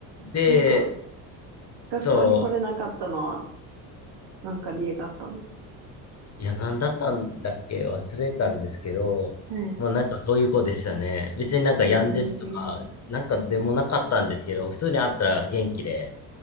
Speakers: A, on the left; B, on the right.
A: で、
B: 僕、学校に来れなかったのは、
A: そう、
B: なんか理由があったんですか
A: いや、なんだったんだっけ忘れたんですけど、
B: はい。
A: まあなんかそういう子でしたね。別になんか病んでるとか、
B: えー。
A: なんかでもなかったんですけど、普通に会ったら元気で、